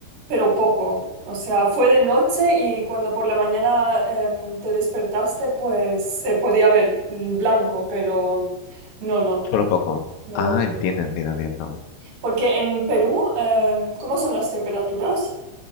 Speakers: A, on the right (about 85°); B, on the left (about 75°).
A: pero poco. O sea, fue de noche y cuando por la mañana em, te despertaste, pues se podía ver el blanco, pero no, no,
B: Solo poco.
A: no,
B: Ah,
A: no,
B: entiendo,
A: no. no.
B: entiendo, entiendo.
A: Porque en Perú, em, ¿cómo son las temperaturas?